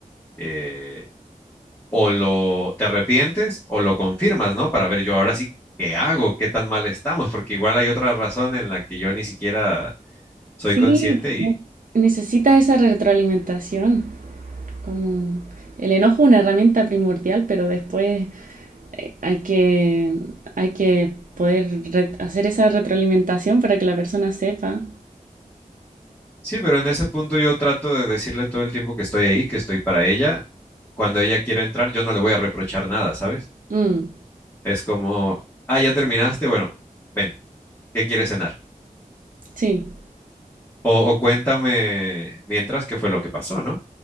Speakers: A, on the left; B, on the right.
A: Eh, o lo te arrepientes o lo confirmas, ¿no? Para ver yo ahora sí qué hago, qué tan mal estamos, porque igual hay otra razón en la que yo ni siquiera soy
B: Sí,
A: consciente y
B: ne- necesitas esa retroalimentación. Como el enojo es una herramienta primordial, pero después eh, hay que, hay que poder re- hacer esa retroalimentación para que la persona sepa.
A: sí, pero en ese punto yo trato de decirle todo el tiempo que estoy ahí, que estoy para ella. Cuando ella quiera entrar, yo no le voy a reprochar nada, ¿sabes?
B: Mm.
A: Es como, ah, ya terminaste, bueno, ven, ¿qué quieres cenar?
B: Sí,
A: O, o cuéntame mientras qué fue lo que pasó, ¿no?